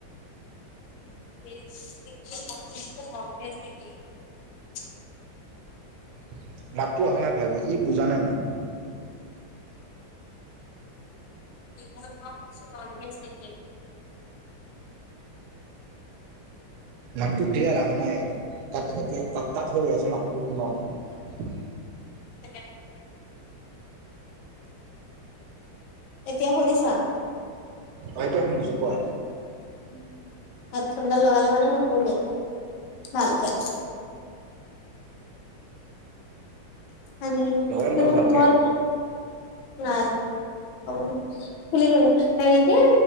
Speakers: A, on the left (about 75°); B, on the right (about 85°).
A: <unintelligible> <unintelligible> <unintelligible>
B: <unintelligible> <unintelligible> অহা নাই ভালকে, কি বুজা নাই মই। <inaudible>
A: <unintelligible> ননভেজ নেকি?
B: মাতটো ক্লিয়াৰ আহা নাই। কতি-কতি আ কাত হৈ গৈ আছে মাতটো তোমাৰ।
A: চিকেন এতিয়া শুনিছা?
B: অ', এতিয়া শুনিছো, কোৱা।
A: <inaudible> হোডফোনডাল লগালে মানে নুশুনি, ভালকে। আৰু
B: লগাই লোৱা
A: তু
B: ভালকে
A: মই, নাই <unintelligible> খুলি ল'লো। হেৰী কি